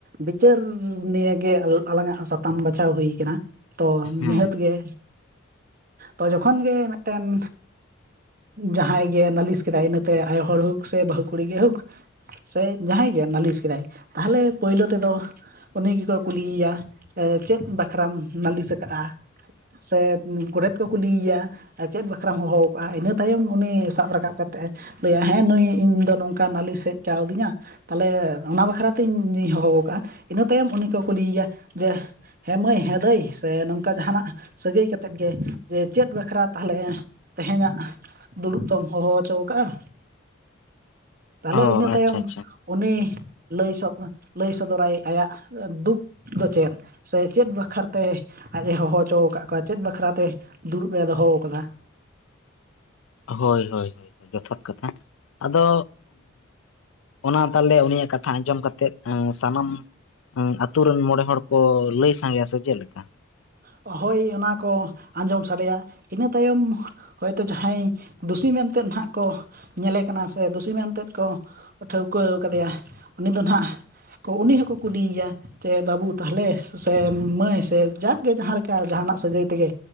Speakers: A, on the right; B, on the left.
A: ᱵᱤᱪᱟᱹᱨ ᱱᱤᱭᱮ ᱟᱞᱟᱝᱟᱜ ᱥᱟᱛᱟᱢ ᱵᱟᱪᱷᱟᱣ ᱦᱩᱭ ᱠᱟᱱᱟ᱾ ᱛᱚ
B: ᱦᱮᱸ
A: ᱱᱤᱦᱟᱹᱛ ᱜᱮ ᱛᱚ ᱡᱚᱠᱷᱚᱱ ᱜᱮ ᱢᱤᱫᱴᱮᱱ ᱡᱟᱦᱟᱸᱭ ᱜᱮ ᱱᱟᱞᱤᱥ ᱠᱮᱫᱟᱭ ᱤᱱᱟᱹᱛᱮ ᱟᱭᱳ ᱦᱚᱲ ᱦᱳᱠ ᱥᱮ ᱵᱟᱹᱦᱩ ᱠᱩᱲᱤ ᱜᱮ ᱦᱳᱠ ᱥᱮ ᱡᱟᱦᱟᱸᱭ ᱜᱮ ᱱᱟᱹᱞᱤ ᱠᱮᱫᱟᱭ ᱛᱟᱦᱚᱞᱮ ᱯᱳᱭᱞᱳ ᱛᱮᱫᱚ ᱩᱱᱤ ᱜᱮᱠᱚ ᱠᱩᱞᱤᱭᱮᱭᱟ ᱪᱮᱫ ᱵᱟᱠᱷᱨᱟᱢ ᱱᱟᱞᱤᱥ ᱠᱟᱜᱼᱟ? ᱥᱮ ᱜᱚᱰᱮᱛ ᱠᱚ ᱠᱩᱞᱤᱭᱮᱭᱟ ᱟᱸ ᱪᱮᱫ ᱵᱟᱠᱷᱨᱟ ᱦᱚᱦᱚ ᱠᱟᱜᱼᱟ ᱤᱱᱟᱹ ᱛᱟᱭᱚᱢ ᱩᱱᱤ ᱥᱟᱵ ᱨᱟᱠᱟᱵ ᱠᱟ ᱛᱮ ᱞᱟᱹᱭᱟᱭ ᱦᱮᱸ ᱱᱩᱭ ᱤᱧᱫᱚ ᱱᱚᱝᱠᱟ ᱱᱟᱹᱞᱤ ᱦᱮᱡ ᱠᱟᱣᱫᱤᱧᱟ᱾ ᱛᱟᱦᱚᱞᱮ ᱚᱱᱟ ᱵᱟᱠᱷᱨᱟ ᱛᱤᱧ ᱦᱚᱦᱚ ᱠᱟᱜᱼᱟ ᱤᱱᱟᱹ ᱛᱟᱭᱚᱢ ᱩᱱᱤ ᱠᱚ ᱠᱩᱞᱤᱭᱮᱭᱟ ᱡᱮ ᱦᱮ ᱢᱟᱹᱭ ᱦᱮᱫᱟᱹᱭ ᱥᱮ ᱱᱚᱝᱠᱟ ᱡᱟᱦᱟᱱᱟᱜ ᱥᱟᱹᱜᱟᱹᱭ ᱠᱟᱛᱮᱫ ᱜᱮ ᱡᱮ ᱪᱮᱫ ᱵᱟᱠᱷᱨᱟ ᱛᱟᱦᱚᱞᱮ ᱛᱮᱦᱮᱧᱟᱜ ᱫᱩᱲᱩᱵ ᱛᱚᱢ ᱦᱚᱦᱚ ᱦᱚᱪᱚ ᱠᱟᱜ-ᱟ ᱛᱟᱦᱚᱞᱮ
B: ᱚ
A: ᱤᱱᱟᱹ
B: ᱟᱪᱪᱷᱟ
A: ᱛᱟᱭᱚᱢ
B: ᱟᱪᱪᱷᱟ
A: ᱩᱱᱤ ᱞᱟᱹᱭ ᱥᱚᱜ ᱞᱟᱹᱭ ᱥᱚᱫᱚᱨᱟᱭ ᱟᱭᱟᱜ ᱫᱩᱠ ᱫᱚ ᱪᱮᱫ᱾ ᱥᱮ ᱪᱮᱫ ᱵᱟᱠᱷᱨᱟᱛᱮ ᱟᱡᱼ ᱮ ᱦᱚᱦᱚ ᱦᱚᱪᱚ ᱟᱠᱟᱫ ᱠᱚᱣᱟᱭ ᱪᱮᱫ ᱵᱟᱠᱷᱨᱟᱛᱮ ᱫᱩᱲᱩᱵ ᱮ ᱫᱚᱦᱚ ᱠᱟᱫᱟ?
B: ᱦᱳᱭ ᱦᱳᱭ ᱦᱳᱭ ᱡᱚᱛᱷᱟᱛ ᱠᱟᱛᱷᱟ ᱟᱫᱚ ᱚᱱᱟ ᱛᱟᱦᱚᱞᱮ ᱩᱱᱤᱭᱟᱜ ᱠᱟᱛᱷᱟ ᱟᱸᱡᱚᱢ ᱠᱟᱛᱮᱜ ᱮᱸ ᱥᱟᱱᱟᱢ ᱦᱩᱸ ᱟᱛᱩ ᱨᱮᱱ ᱢᱚᱸᱬᱮ ᱦᱚᱲ ᱠᱚ ᱞᱟᱹᱭ ᱥᱟᱸᱜᱮᱭᱟ ᱥᱮ ᱪᱮᱫ ᱞᱮᱠᱟ?
A: ᱦᱳᱭ ᱚᱱᱟ ᱠᱚ ᱟᱸᱡᱚᱢ ᱥᱟᱰᱮᱭᱟ ᱤᱱᱟᱹ ᱛᱟᱭᱚᱢ ᱦᱚᱭᱛᱚ ᱡᱟᱦᱟᱸᱭ ᱫᱩᱥᱤ ᱢᱮᱱᱛᱮ ᱱᱟᱦᱟᱜ ᱠᱚ ᱧᱮᱞᱮ ᱠᱟᱱᱟ ᱥᱮ ᱫᱩᱥᱤ ᱢᱮᱱᱛᱮ ᱠᱚ ᱴᱷᱟᱹᱣᱠᱟᱹ ᱠᱟᱫᱮᱭᱟ, ᱩᱱᱤ ᱫᱚ ᱱᱟᱜ ᱠᱚ ᱩᱱᱤ ᱦᱚᱸᱠᱚ ᱠᱩᱞᱤᱭᱮᱭᱟ ᱡᱮ ᱵᱟᱹᱵᱩ ᱛᱟᱦᱚᱞᱮ ᱥᱮ ᱢᱟᱹᱭ ᱥᱮ ᱡᱟᱠ ᱜᱮ ᱡᱟᱦᱟᱸ ᱞᱮᱠᱟ ᱡᱟᱦᱟᱱᱟᱜ ᱥᱟᱹᱜᱟᱹᱭ ᱛᱮᱜᱮ᱾